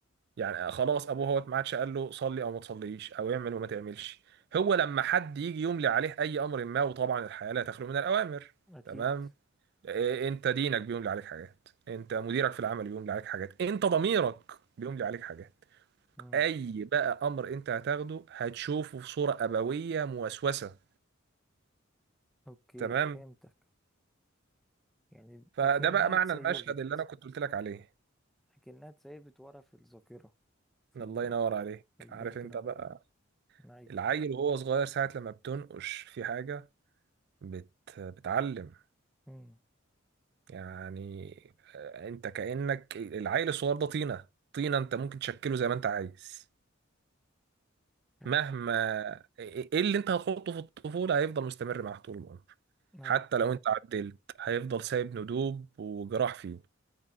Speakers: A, on the right; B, in the centre.
A: يعني خلاص ابوه هو ما عادش قال له صلي او ما تصليش او اعمل وما تعملش هو لما حد يجي يملي عليه اي امر ما وطبعا الحياه لا تخلو من الاوامر
B: اكيد
A: تمام إيه، انت دينك بيملي عليك حاجات انت مديرك في العمل بيملي عليك حاجات انت ضميرك بيملي عليك حاجات
B: مم.
A: اي بقى امر انت هتاخده هتشوفه في صوره ابويه موسوسه
B: اوكي
A: تمام
B: فهمتك يعني
A: فده
B: اكنها
A: بقى معنى
B: اتسيفت
A: المشهد اللي انا كنت قلت لك عليه
B: اكنها اتسيفت ورا في الذاكره في
A: الله
B: ال...
A: ينور عليك
B: في الباك
A: عارف
B: جراوند
A: انت بقى
B: ايوه
A: العيل وهو صغير ساعة لما بتنقش في حاجة بت... بتعلم
B: مم.
A: يعني آه، انت كأنك العيل الصغير ده طينة طينة انت ممكن تشكله زي ما انت عايز
B: فهمت
A: مهما ايه إيه، إيه اللي انت هتحطه في الطفولة هيفضل مستمر معاك طول العمر
B: ايوه
A: حتى لو
B: ايوه
A: انت عدلت هيفضل سايب ندوب وجراح فيه